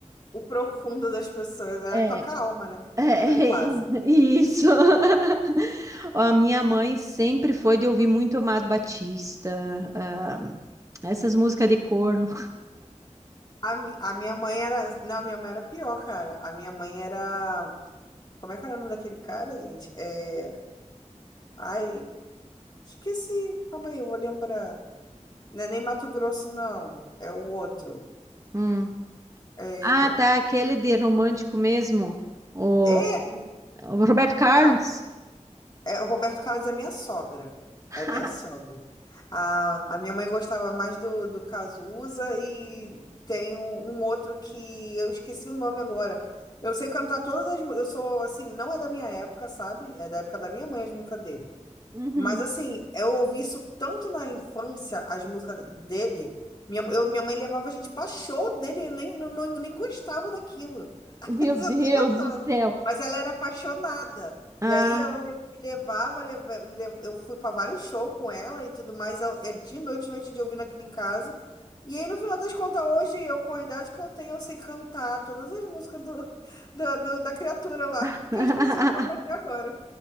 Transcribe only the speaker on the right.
É,
é
<laughs> isso. <laughs> A minha mãe sempre foi de ouvir muito Amado Batista, ah, essas músicas de corno.
<laughs>
Ah, tá, aquele de romântico mesmo, o,
o Roberto Carlos.
<laughs>
Uhum.
Meu
Deus
do céu.
Ah,
<laughs>